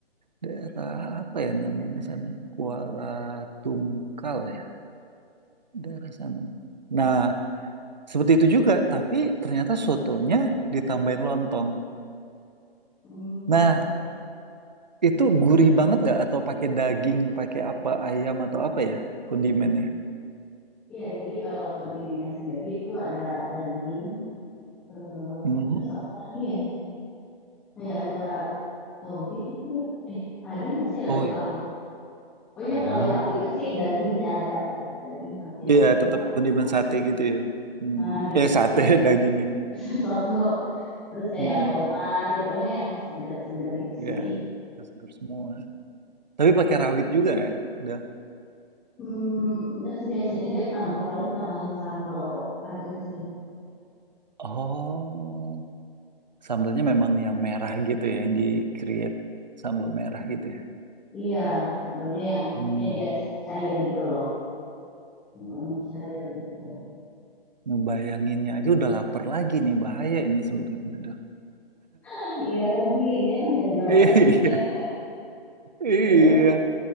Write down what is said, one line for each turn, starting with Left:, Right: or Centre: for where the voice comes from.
Right: Daerah apa ya namanya sana? Kuala Tungkal ya. Daerah sana. Nah, seperti itu juga. Tapi ternyata sotonya ditambahin lontong.
Centre: Hmm,
Right: Nah,
Centre: iya,
Right: Itu gurih banget nggak? Atau pakai daging, pakai apa ayam atau apa ya kondimennya?
Centre: iya. Jadi kalau kondimennya sendiri itu ada daging, eh,
Right: Mhm.
Centre: terus apa lagi ya? Kayak ada toge gitu. Eh, ada nggak sih ya
Right: Oh
Centre: lupa
Right: iya.
Centre: aku. Pokoknya
Right: Hmm.
Centre: kalau yang aku ingat sih daging sih ada gitu, daging pasti
Right: Iya,
Centre: ada
Right: tetap
Centre: sama
Right: kondimen sate gitu ya. Hmm.
Centre: eh, gitu
Right: Eh
Centre: terus
Right: sate
Centre: kayak
Right: <laughs> dagingnya.
Centre: <laughs> soto, terus kayak
Right: Hmm.
Centre: tomat, ya pokoknya yang segar-segar gitu
Right: Ya,
Centre: sih.
Right: segar semua. Tapi pakai rawit juga ya? Udah.
Centre: Hmm, udah sih biasanya dia tambah paling tambahin sambal aja sih.
Right: Oh, sambalnya memang yang merah gitu ya, yang di create sambal merah gitu ya.
Centre: Iya, sambalnya yang tepinya
Right: Hmm.
Centre: dia ca- cair gitu loh. Sambalnya cair gitu.
Right: Ngebayanginnya aja udah lapar lagi nih, bahaya ini sebetulnya. Udah.
Centre: <laughs> Iya lagi ini yang jam-jam
Right: <laughs>
Centre: makan siang
Right: Iya, iya,
Centre: terus